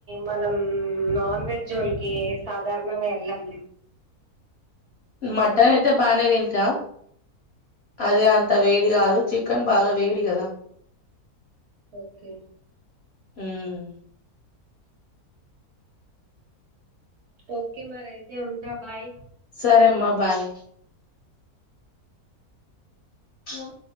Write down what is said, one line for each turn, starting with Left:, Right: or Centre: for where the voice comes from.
Right: మనం నాన్ వెజ్ జోలికి సాధారణంగా వెళ్ళాం
Left: మటన్ అయితే బానే తింటా అదే అంత వేడి గాదు చికెన్ బాగా వేడి గదా
Right: ఓకే
Left: ఉమ్
Right: ఓకే మరైతే ఉంటా బాయ్
Left: సరే అమ్మా బాయ్ వో